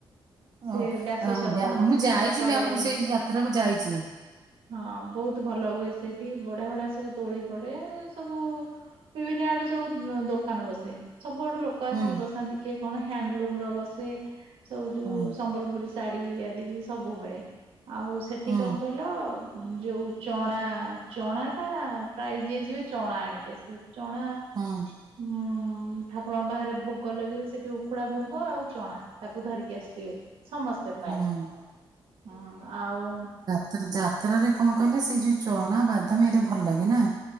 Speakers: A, on the right (about 45°); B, on the right (about 80°).
A: ଓ
B: ସେ ବ୍ୟାସ
A: ଆ,
B: ସରୋବର
A: ମ୍ୟା- ମୁଁ ଯାଇଛି
B: ସରୋବର
A: ମ୍ୟାମ ମୁଁ
B: କହନ୍ତି।
A: ସେଇ ଯାତ୍ରାକୁ ଯାଇଛି।
B: ହଁ ବହୁତ ଭଲ ହୁଏ ସେଠି ବଢିଆ ବଢ଼ିଆ ସବୁ ଦୋଳି ପଡେ ସବୁ ବିଭିନ୍ନ ଆଡୁ ସବୁ ଦୋକାନ ବସେ ସବୁଆଡୁ ଲୋ ଲୋକ
A: ହୁଁ
B: ଆସିକି ବସନ୍ତି କିଏ କଣ ହ୍ୟାଣ୍ଡଲୁମର ବସେ ସବୁ ଯୋଉ
A: ହୁଁ
B: ସମ୍ବଲପୁରୀ ଶାଢ଼ୀ ଆଦିକି ସବୁ ମିଳେ ଆଉ ସେଠି
A: ହୁଁ
B: କଣ କହିଲ ଯୋଉ ଚଣା ଚଣାଟା ପ୍ରାୟ ଯିଏ ଯିବେ ଚଣା ଆଣିକି ଆସିବେ ଚଣା
A: ହଁ।
B: ହୁଁ ଠାକୁରଙ୍କ ବାହାରେ ଭୋଗ ଲହେଇବ ସେଠି ଉଖୁଡା ଭୋଗ ଆଉ ଚଣା ତାକୁ ଧରିକି ଆସିଥିବେ। ସମସ୍ତେ ପ୍ରାଏ
A: ହୁଁ
B: ହଁ ଆଉ
A: ଯ ଯାତ୍ରାରେ କଣ କହିଲେ ସେଇ ଯୋଉ ଚଣା ବାଦାମ ଏଇଟା ଭଲ ଲାଗେ ନା?